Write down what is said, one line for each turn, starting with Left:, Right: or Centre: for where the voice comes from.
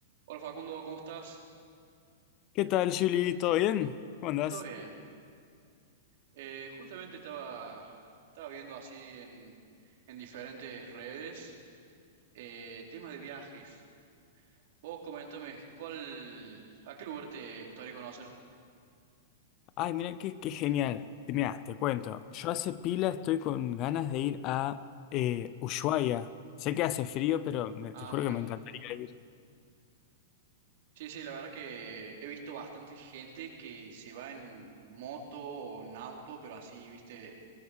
Right: Hola Facundo, ¿cómo estás?
Left: ¿Qué tal, Julie? ¿Todo bien? ¿Cómo andás?
Right: Todo bien. Eh, justamente estaba, estaba viendo así en, en diferentes redes eh, temas de viajes. Vos coméntame, ¿cuál, a qué lugar te gustaría conocer?
Left: Ay, mira, qué, qué genial. Mira, te cuento. Yo hace pila estoy con ganas de ir a eh, Ushuaia. Sé que hace frío, pero me-
Right: Ah,
Left: te juro
Right: mira.
Left: que me encantaría ir.
Right: Sí, sí, la verdad que he visto bastante gente que se va en moto o en auto, pero así, viste,